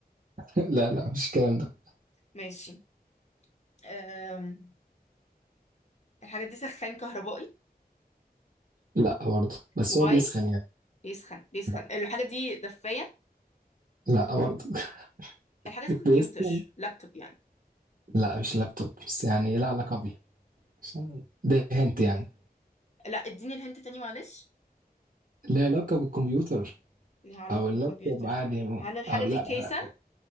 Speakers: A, on the right; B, on the left.
A: <laughs> لا لا مش الكلام ده
B: ماشي أم... الحاجه دي سخان كهربائي
A: لا برضه بس
B: موبايل
A: هو بيسخن يعني
B: بيسخن بيسخن
A: لا
B: الحاجه دي دفايه
A: لا برضه
B: الحاجه
A: <laughs>
B: دي كمبيوتر
A: بيسخن
B: لابتوب يعني
A: لا مش لابتوب بس يعني لا علاقة بيه عشان ده هنت يعني
B: لا اديني الهنت تاني معلش
A: ليه علاقة بالكمبيوتر
B: ليها علاقه
A: أو اللابتوب
B: بالكمبيوتر
A: عادي يعني.
B: هل الحاجه
A: أو لا
B: دي كيسه